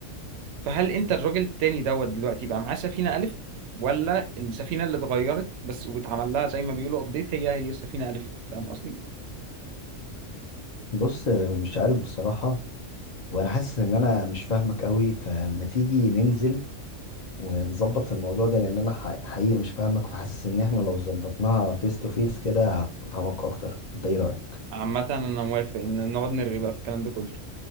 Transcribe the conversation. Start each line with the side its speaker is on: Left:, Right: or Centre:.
Right: فهل انت الراجل التاني دوت دلوقتي بقى معاه سفينة ألف ولا السفينة اللي اتغيرت بس واتعمل لها زي ما بيقولوا ابديت هي هي السفينة ألف فاهم قصدي؟
Left: بص آه، مش عارف بصراحه وانا حاسس ان انا مش فاهمك قوي فما تيجي ننزل ونظبط في الموضوع ده لان انا ح- حقيقي مش فاهمك فحاسس ان احنا لو ظبطناها فيس تو فيس كده هفهمك اكتر انت ايه رايك
Right: عامة أنا موافق إن نقعد نرغي بقى في الكلام ده كله